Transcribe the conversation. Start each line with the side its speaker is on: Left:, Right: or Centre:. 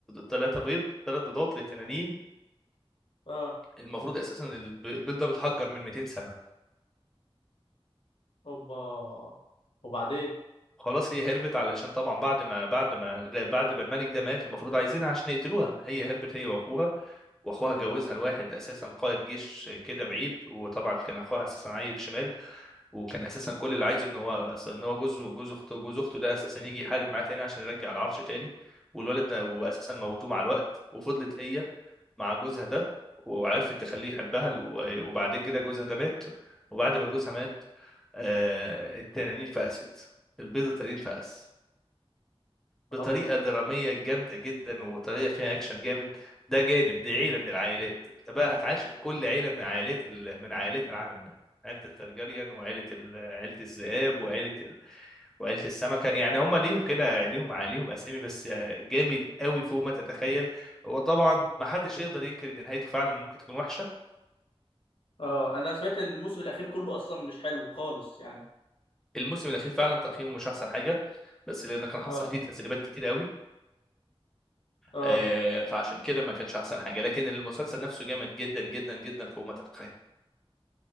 Centre: ثلاثه بيض ثلاث بيضات لتنانين
Left: اه
Centre: المفروض اساسا البي- البيض ده متحجر من 200 سنه
Left: اوبا وبعدين
Centre: خلاص هي هربت علشان طبعا بعد ما بعد ما الغ- بعد ما الملك ده مات المفروض عايزينها عشان يقتلوها هي هربت هي واخوها واخوها جوزها لواحد اساسا قائد جيش كده بعيد وطبعا كان اخوها اساسا عيل شمال وكان اساسا كل اللي عايزه ان هو ان هو جوزه جوز اخته جوز اخته ده اساسا يجي يحارب معاه تاني عشان يرجع العرش تاني والولد ده واساسا موتوه مع الوقت وفضلت هي مع جوزها ده وعرفت تخليه يحبها و- وبعد كده جوزها ده مات وبعد ما جوزها مات آه التنانين فقست البيضة التنين فقس بطريقه
Left: الله
Centre: دراميه جامده جدا وطريقه فيها اكشن جامد ده جانب دي عيله من العائلات انت بقى هتعاشر كل عيله من عائلات ال- من عائلات العالم ده عيله الترجريان وعيله ال... عيله الذئاب وعيله ال... وعيله السمكه يعني هم ليهم كده ليهم ع- ليهم اسامي بس جامد قوي فوق ما تتخيل وطبعا ما حدش يقدر ينكر ان نهايته فعلا ممكن تكون وحشه
Left: اه انا سمعت ان الموسم الاخير كله اصلا مش حلو خالص يعني
Centre: الموسم الاخير فعلا تقييمه مش احسن حاجه بس لان كان حصل
Left: اه
Centre: فيه تسريبات كتير قوي
Left: اه
Centre: آه، فعشان كده ما كانش احسن حاجه لكن المسلسل نفسه جامد جدا جدا جدا فوق ما تتخيل